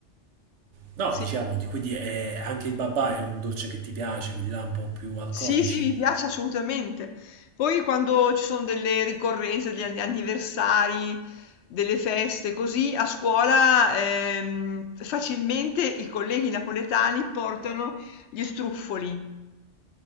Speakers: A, on the right; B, on the left.
A: No,
B: sì,
A: diciamo, di- quindi è- anche il babà è un dolce che ti piace, quelli là un po' più alcolici,
B: sì, sì, mi piace assolutamente. Poi quando ci sono delle ricorrenze, degli anni- anniversari, delle feste, così a scuola ehm, facilmente i colleghi napoletani portano gli struffoli.